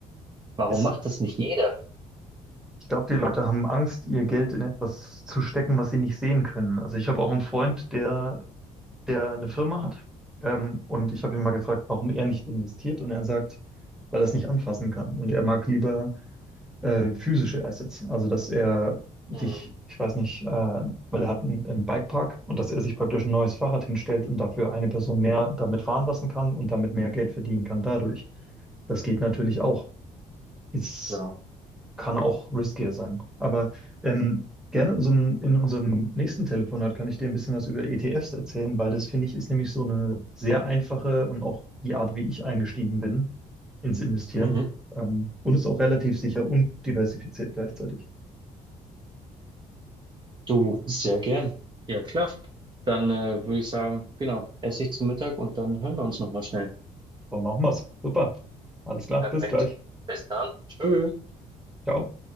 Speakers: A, on the right; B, in the centre.
A: Warum
B: es,
A: macht das nicht jeder?
B: ich glaube, die Leute haben Angst, ihr Geld in etwas zu stecken, was sie nicht sehen können. Also ich habe auch einen Freund, der, der eine Firma hat. Ähm, und ich habe ihn mal gefragt, warum er nicht investiert. Und er sagt, weil er es nicht anfassen kann. Und er mag lieber äh, physische Assets. Also, dass er sich,
A: Mhm,
B: ich weiß nicht, äh, weil er hat einen, einen Bikepark und dass er sich praktisch ein neues Fahrrad hinstellt und dafür eine Person mehr damit fahren lassen kann und damit mehr Geld verdienen kann dadurch. Das geht natürlich auch. Ist
A: Klar.
B: kann auch riskier sein. Aber ähm, gerne in unserem, in unserem nächsten Telefonat kann ich dir ein bisschen was über ETFs erzählen, weil das finde ich ist nämlich so eine sehr einfache und auch die Art, wie ich eingestiegen bin ins Investieren.
A: Mhm.
B: Ähm, und ist auch relativ sicher und diversifiziert gleichzeitig.
A: Du, sehr gern. Ja, klar. Dann äh, würde ich sagen, genau, esse ich zu Mittag und dann hören wir uns nochmal schnell.
B: So machen wir's. Super. Alles klar.
A: Perfekt.
B: Bis gleich.
A: Bis dann. Tschüss.
B: Ciao.